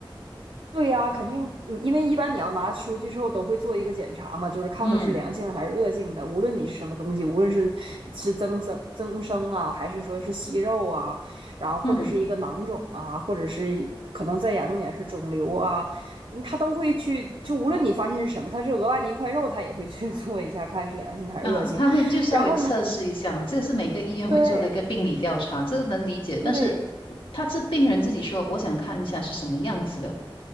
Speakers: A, on the right; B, on the left.
A: 对呀，肯定，嗯因为一般你要拿出去之后都会做一个检查嘛，就是看看是良性的还是恶性的。
B: 嗯
A: 无论你是什么东西，无论是是增生增生啊，还是说是息肉啊，然后或者是一个囊肿啊，
B: 嗯
A: 或者是可能再严重点是肿瘤啊，嗯他都会去，就无论你发现是什么，它是额外的一块肉，他也会去 <laughs> 做一下，看是良性还是恶性。
B: 嗯，他会就稍微测试一下嘛，
A: 然后你
B: 这个是每个医院会做的一个病理调查，
A: 对
B: 这个能理解，但是我他是病人自己说，
A: 对
B: 我想看一下是什么样子的。